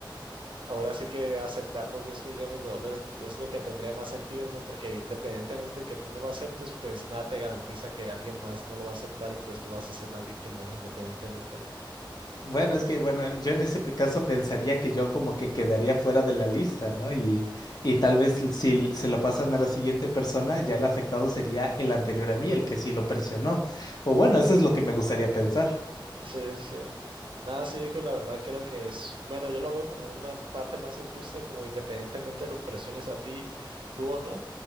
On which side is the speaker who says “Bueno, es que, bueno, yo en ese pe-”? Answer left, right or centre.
Left